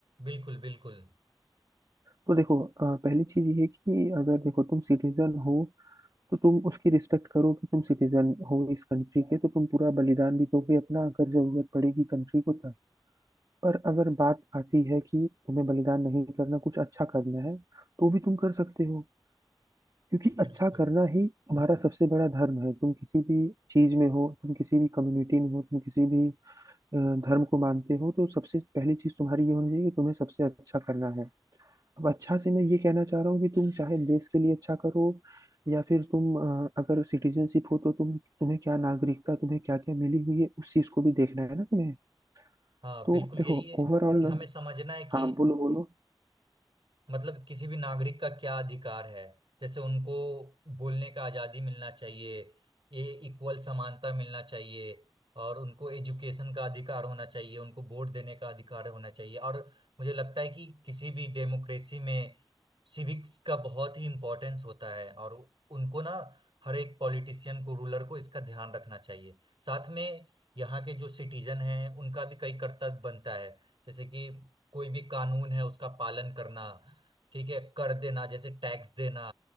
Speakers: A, on the right; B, on the right.
A: बिल्कुल बिल्कुल
B: तो देखो अ, पहली चीज ये है कि अगर देखो तुम सिटीजन हो तो तुम उसकी रिस्पेक्ट करो कि तुम सिटीजन हो इस कंट्री के तो तुम पूरा बलिदान भी दोगे अपना अगर जरूरत पड़ेगी कंट्री को तब पर अगर बात आती है कि तुम्हें बलिदान नहीं करना कुछ अच्छा करना है तो भी तुम कर सकते हो क्योंकि
A: बिल्कुल
B: अच्छा करना ही हमारा सबसे बड़ा धर्म है तुम किसी भी चीज में हो तुम किसी भी कम्युनिटी में हो तुम किसी भी अ, धर्म को मानते हो तो सबसे पहली चीज तुम्हारी ये होनी चाहिए कि तुम्हें सबसे अच्छा करना है अब अच्छा से मैं ये कहना चाह रहा हूँ कि तुम चाहे देश के लिए अच्छा करो या फिर तुम अ, अगर सिटीजनशिप हो तो तुम तुम्हें क्या नागरिकता तुम्हें क्या क्या मिली हुई है उस चीज को भी देखना है ना तुम्हें
A: हाँ
B: तो
A: बिल्कुल
B: देखो
A: यही है कि
B: ओवरऑल
A: हमें समझना है
B: हाँ
A: कि
B: बोलो बोलो
A: मतलब किसी भी नागरिक का क्या अधिकार है जैसे उनको बोलने का आजादी मिलना चाहिए ये इक्वल समानता मिलना चाहिए और उनको एजुकेशन का अधिकार होना चाहिए उनको वोट देने का अधिकार होना चाहिए और मुझे लगता है कि किसी भी डेमोक्रेसी में सिविक्स का बहुत ही इम्पोर्टेंस होता है और उनको ना हर एक पॉलिटिशियन को रूलर को इसका ध्यान रखना चाहिए साथ में यहाँ के जो सिटीजन हैं उनका भी कई कर्तव्य बनता है जैसे कि कोई भी कानून है उसका पालन करना ठीक है कर देना जैसे टैक्स देना